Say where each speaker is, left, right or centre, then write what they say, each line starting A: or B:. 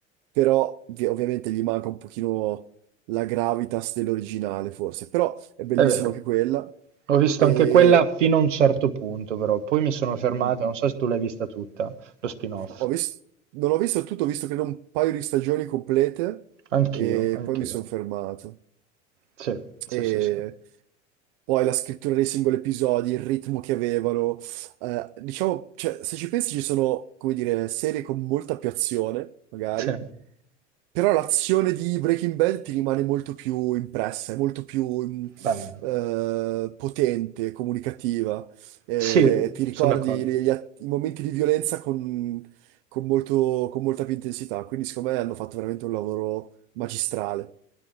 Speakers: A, on the right; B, on the right.
A: però vi- ovviamente gli manca un pochino la gravitas dell'originale, forse, però è bellissima
B: vero.
A: anche quella.
B: Ho visto
A: E
B: anche quella fino a un certo punto, però poi mi sono fermato,
A: mm,
B: non so se tu l'hai vista tutta, lo spin-off.
A: ho vis- non ho visto tutto, ho visto credo un paio di stagioni complete
B: Anch'io,
A: e
B: anch'io.
A: poi mi sono fermato.
B: Sì, sì,
A: e
B: sì, sì.
A: poi la scrittura dei singoli episodi, il ritmo che avevano. Eh, diciamo, cioè, se ci pensi ci sono, come dire, serie con molta più azione, magari,
B: Sì,
A: però l'azione di Breaking Bad ti rimane molto più impressa, è molto più mm,
B: beh,
A: eh, potente, comunicativa. Eh,
B: sì,
A: ti ricordi
B: sono d'accordo.
A: le- gli att- i momenti di violenza con, con molto- con molta più intensità, quindi secondo me hanno fatto veramente un lavoro magistrale.